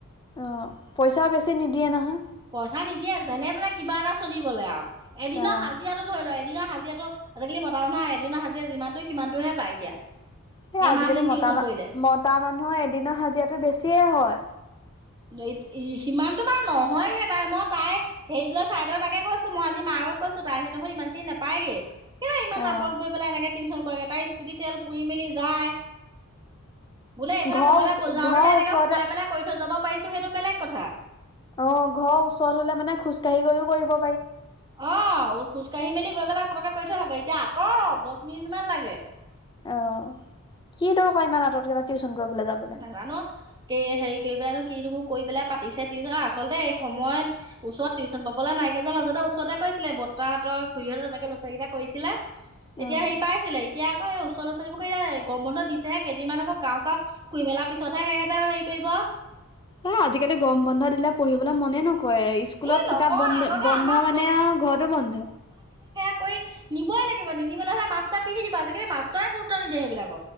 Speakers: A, on the left; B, on the right.
A: অ' পইচাও বেছি নিদিয়ে নহয়।
B: পইচা নিদিয়ে যেনে তেনে কিবা এটা চলিবলে আও। এদিনৰ
A: অ
B: হাজিৰাটো ধই লই এদিনৰ হা যিয়েতো আজিকালি মতা মানুহ এদিনা হাজিয়া যিমানটো সিমানটোহে পাই এতিয়া।
A: এ
B: এমাহ
A: আজিকালি
B: দিন
A: মতা
B: টিউচন
A: মা-মতা
B: কৰিলে
A: মানুহ এদিন হাজিৰাটো বেছিয়ে হয়।
B: এইট ই চিমানতো মানে নহয়গে তাই, মই তাই হেইটোলৈ চাই পেলাই তাকে কৈছো মই আজি মা আগত কৈছো তাই হি নহয় ইমান খিনি নাপাইগে। কেলে ইমান
A: অ
B: আঁতৱত গৈ পেলাই এনেকে টিউচন কৰেগে। তাই স্কুটি তেল পুৰি মেলি যায়। বোলে এইফালে
A: ঘৰৰ
B: ক'বালে
A: ওচ
B: গৈ-যাওঁতে
A: ঘৰৰ
B: নে এনেকে
A: ওচৰতে
B: সোমাই পেলাই কই থৈ যাব পাইছো হেটো বেলেগ কথা।
A: অ' ঘ ওচৰত হ'লে মানে খোজ কাঢ়ি গৈও কইব
B: অ' খোজকাঢ়ি মেলি গৈ পেলাই পতককে কই থৈ আহগগে। এতিয়া আঁতৰত দছ মিনিট মান লাগে।
A: অ' কি দৰকা ইমান আঁতৱত <unintelligible> টিউচন কইবলে যাবলে।
B: নাজানো কে হেই কেই পেলাইনো কিনোবো কই পেলাই পাতিছে টিউচন, অ' আচলতে এ সময়ত ওচৰত টিউচন পাবলৈ নাই। একেজা মাজতে ওচতে কৈছিলে। বত্তাহঁতৰ খুৰীয়ে তেনেকে ল ছালীকেইটা কইছিলে। তেতিয়া
A: অ',
B: হেই পাইছিলে এতিয়া আকৌ এ ওচ ল ছালীবো কইলে, গম বন্ধ দিছেহে কেইদিনমান আকৌ গাও চাওঁ ফুই মেলা পিছতহে সেহেতে হেই কইব।
A: অ' আজিকালি গৰম বন্ধ দিলে পঢ়িব বলৈ মনে নকৰে। স্কুলত
B: ই নকওঁ
A: কিতাপ বন্ধ,
B: আগতে
A: বন্ধ
B: আমাক
A: মানে আও ঘৰতো বন্ধ।
B: কই নিবই লাগিব। নিনিবলৈ হ'লে মাষ্টৰে পিহি দিব। আজিকালি মাষ্টই গুৰুত্ব নিদিয়ে হেবিলাক।